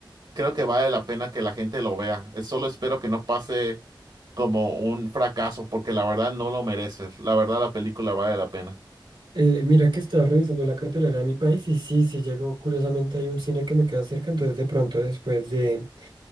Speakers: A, on the right; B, on the right.
A: Creo que vale la pena que la gente lo vea. Eh, Solo espero que no pase como un fracaso, porque la verdad no lo mereces. La verdad la película vale la pena.
B: Eh, mira que estaba revisando la cartelera de mi país y sí, sí llegó, curiosamente hay un cine que me queda cerca, entonces de pronto después de...